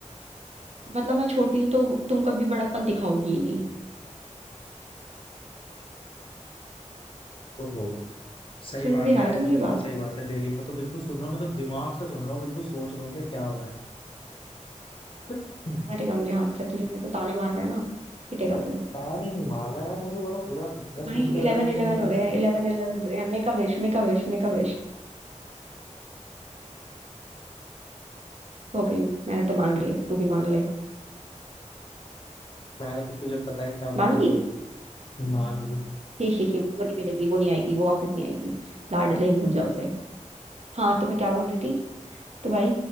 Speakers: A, on the right; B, on the left.
A: मतलब मैं छोटी हूँ तो तुम कभी बड़प्पन दिखाओगी ही नहीं
B: ओहो सही
A: सुन
B: बात
A: भी रहा
B: है यार
A: है तो
B: ये तो
A: मेरी
B: बिल्कुल
A: बात
B: सही बात है तेरी मैं तो बिल्कुल सुन रहा हूँ मैं तो दिमाग से सुन रहा हूँ बिल्कुल सोच रहा हूँ कि क्या हो रहा है <clears throat>
A: मरेगा मेरे हाथ से तुझे मेरे को ताने मार रहा है ना पिटेगा तू
B: कान ही नहीं मार रहा है यार मुझे बड़ा बुरा लग रहा है सुन
A: भाई
B: के
A: इलेवन
B: अगर तू
A: इलेवन
B: मतलब
A: हो
B: ऐसे
A: रहे हैं इलेवन इलेवन हो रहे हैं make a wish make a wish make a wish हो गई मैंने तो मांग ली तू भी मांग ले
B: कह रहा था तुझे पता है क्या
A: मांग
B: मांगी
A: ली
B: हो मांगी
A: ही ही ही वो नहीं मिलेगी वो नहीं आएगी वो वापस नहीं आएगी लाडले भूल जाओ उसे हाँ तो मैं क्या बोल रही थी तो भाई